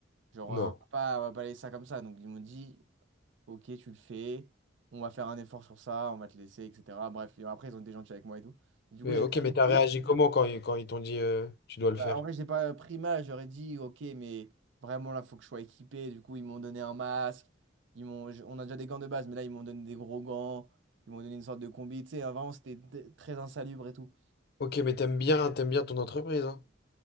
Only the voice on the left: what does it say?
Non.
Mais,
ok,
mais
t'as
réagi comment quand, ils quand ils t'ont dit euh, tu dois le
faire?
Ok, mais t'aimes bien, t'aimes bien ton entreprise, hein.